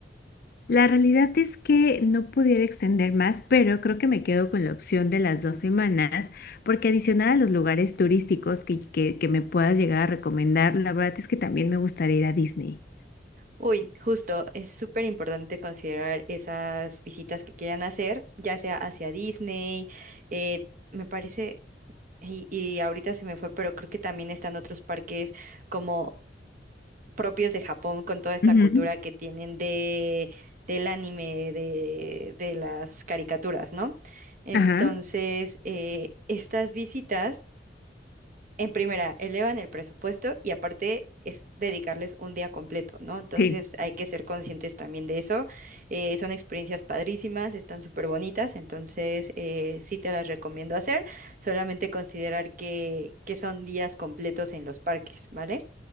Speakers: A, on the left (about 55°); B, on the right (about 45°).
A: La realidad es que no pudiera extender más, pero creo que me quedo con la opción de las dos semanas, porque adicional a los lugares turísticos que, que, que me puedas llegar a recomendar, la verdad es que también me gustaría ir a Disney.
B: Uy, justo, es súper importante considerar esas visitas que quieran hacer, ya sea hacia Disney, eh, me parece, y, y ahorita se me fue, pero creo que también están otros parques como propios de Japón con toda esta
A: Ujú.
B: cultura que tienen de, del anime, de, de las caricaturas, ¿no? Entonces,
A: Ajá,
B: eh, estas visitas, en primera, elevan el presupuesto y aparte es dedicarles un día completo, ¿no? Entonces
A: sí.
B: hay que ser conscientes también de eso. Eh, son experiencias padrísimas, están súper bonitas, entonces eh, sí te las recomiendo hacer, solamente considerar que, que son días completos en los parques, ¿vale?